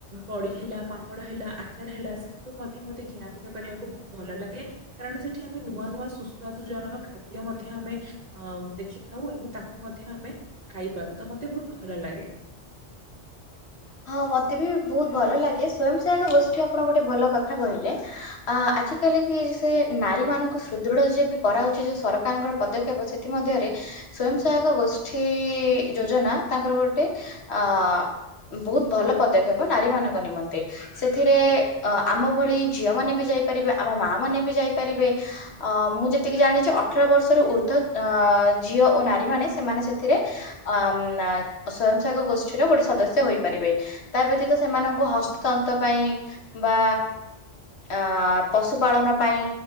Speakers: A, on the right; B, on the left.
A: ବଡି ହେଲା, ପାମ୍ପଡ଼ ହେଲା, ଆଚାର ହେଲା ସେ ସବୁ ମଧ୍ୟ ମତେ କିଣାବିକା କରିବାକୁ ବହୁ ଭଲ ଲାଗେ କାରଣ ସେଠି ଆମେ ନୂଆ ନୂଆ ସୁସ୍ୱାଦୁ ଜନକ ଖାଦ୍ୟ ମଧ୍ୟ ଆମେ ଅ ଦେଖିଥାଉ ଏବଂ ତାକୁ ମଧ୍ୟ ଆମେ ଖାଇପାରୁ ତ ମତେ ବହୁତ ଭଲ ଲାଗେ।
B: ହଁ ମତେ ବି ବହୁତ ଭଲ ଲାଗେ ସ୍ଵୟଂ ସହାୟକ ଗୋଷ୍ଠୀ ଆପଣ ଗୋଟେ ଭଲ କଥା କହିଲେ। ଅ ଆଜିକାଲି କି ସେ ନାରୀ ମାନଙ୍କୁ ସୁଦୃଢ ଯିଏ ବି କରାଉଛି ଯୋଉ ସରକାରଙ୍କର ପଦକ୍ଷେପ ସେ ଥିମଧ୍ଯରେ ସ୍ଵୟଂ ସହାୟକ ଗୋଷ୍ଠୀ ଯୋଜନା ତାଙ୍କର ଗୋଟେ ଅ ବହୁତ ଭଲ ପଦକ୍ଷେପ ନାରୀ ମାନଙ୍କ ନିମନ୍ତେ। ସେଥିରେ ଅ ଆମ ଭଳି ଝିଅ ମାନେ ବି ଯାଇପାରିବେ, ଆମ ମା ମାନେ ବି ଯାଇପାରିବେ। ଅ ମୁଁ ଯେତିକି ଜାଣିଛି ଅଠର ବର୍ଷରୁ ଉର୍ଦ୍ଧ୍ୱ ଅ ଝିଅ ଓ ନାରୀ ମାନେ ସେମାନେ ସେଥିରେ ଅ ସ୍ଵୟଂ ସହାକ ଗୋଷ୍ଠୀର ଗୋଟେ ସଦସ୍ୟ ହୋଇ ତା ବ୍ୟତୀତ ସେମାନଙ୍କୁ ହସ୍ତତନ୍ତ ପାଇଁ ବା ଅ ପଶୁ ପାାଳନ ପାଇଁ,